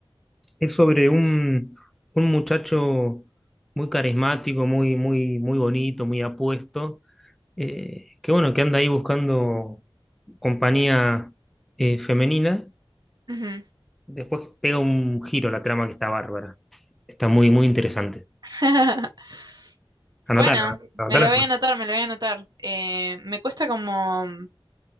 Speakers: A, in the centre; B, on the right.
A: Es sobre un, un muchacho muy carismático, muy, muy, muy bonito, muy apuesto, eh, que bueno, que anda ahí buscando compañía eh, femenina.
B: Ujú.
A: Después pega un giro la trama que está bárbara. Está muy, muy interesante.
B: <laughs> Bueno,
A: Anotala, anotala.
B: me lo voy a anotar, me lo voy a anotar. Eh, me cuesta como